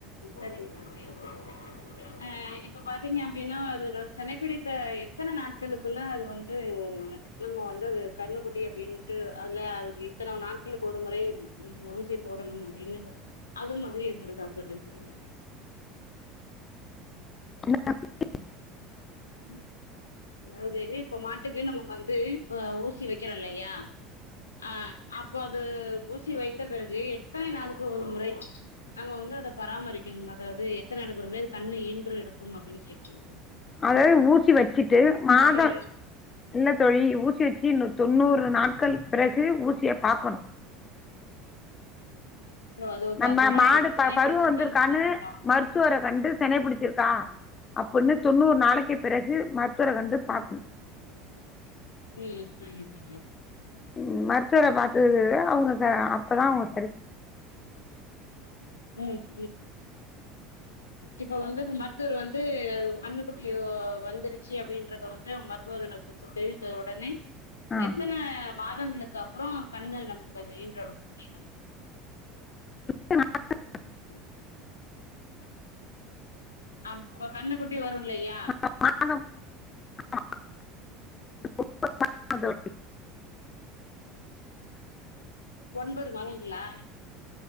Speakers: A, on the left (about 85°); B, on the left (about 30°).
A: செரிங்க தோழி அ இப்ப பாத்தீங்க அப்டின்னா அது செனை பிடித்த எத்தன நாட்களுக்குள்ள அது வந்து இவங்க வந்து அது கண்ணுக்குட்டி அப்டின்ட்டு அதுல அது இத்தன நாட்களுக்கு ஒரு முறை நீங்க ஊசிய போடணு அது இல்லனா அது மாதிரி எது இருக்கான் <unintelligible>
B: <inaudible>
A: ம் அதாவது இப்ப மாட்டுக்கு நம்ம வந்து அ ஊசி வெக்கறோ இல்லையா அ அப்போ அது ஊசி வைத்த பிறகு எத்தனை நாளுக்கு ஒரு முறை நம்ம வந்து அத பராமரிக்கணு அதாவது எத்தனை ஆண்டுக்கு ஒருமுறை கண்ணு ஈன்று எடுக்கும் அப்டின்னு கேக்கற தோழி
B: அதாவது ஊசி வச்சிட்டு மாதொ
A: இல்ல
B: இல்ல தோழி ஊசி வெச்சி இன்னு தொண்ணூறு நாட்கள் பிறகு ஊசிய பாக்கணு
A: இப்போ அது
B: நம்ம
A: கத்துறோ
B: மாடு
A: அது
B: ப
A: சனி
B: பருவம்
A: பிடிச்சிருக்கான்னு
B: வந்திருக்கான்னு
A: பார்க்கணும்.
B: மருத் துவர கண்டு செனை பிடிச்சிருக்கா அப்பின்னு தொண்ணூறு நாளைக்கு பிறகு மருத்துவர கண்டு பாக்கணு
A: ஓகே ஓகே ம் <unintelligible>
B: ம் மருத்துவர பாத்ததுதா அவங்ககு அப்பதா அவுங்க
A: சரி <inaudible> இப்ப வந்து மருத்துவர் வந்து கன்னு குட்டி வந்துருச்சு அப்டின்றத வந்து மருத்துவரிடம் தெரிவித்த உடனே
B: ஆ
A: எத்தன மாதங்களுக்கு அப்புறோ கன்னு நம்ளுக்கு அது ஈன்றெடுக்கும் <unintelligible> தோழி.
B: <inaudible>
A: <inaudible> ஆ ப்ப கன்னுக்குட்டி வரு இல்லையா
B: ஆ <inaudible>
A: ஒன்பது மாதங்களா